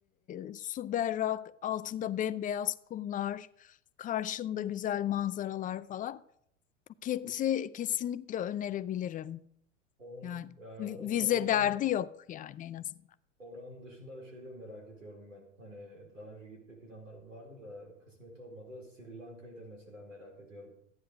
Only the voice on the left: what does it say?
e, su berrak, altında bembeyaz kumlar, karşında güzel manzaralar falan. Phuket'i kesinlikle önerebilirim.
Yani
vi-
vize
derdi
yok yani en azından.